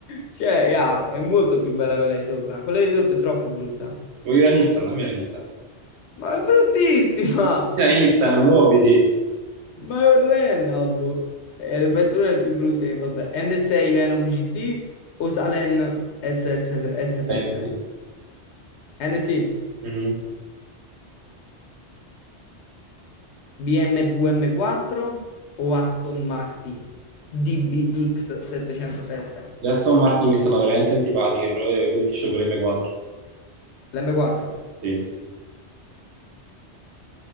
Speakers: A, on the left (about 75°); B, on the right (about 75°).
A: Cioè, yeah, è molto più bella quella di sopra. Quella di sotto è troppo brutta.
B: vuoi la Nissan? Dammi la Nissan.
A: Ma è bruttissima!
B: La Nissan, muoviti!
A: Ma è orrenda, boh. È le pezzo una delle più brutte, vabbè. N6 Venom GT o Salen SS, 7
B: La NSI.
A: NC,
B: Mhm.
A: BMWM4 o Aston Martin DBX707?
B: Le Aston Martin mi stanno veramente antipatiche, però, eh, quindi ti scelgo l'M4,
A: L'M4,
B: sì.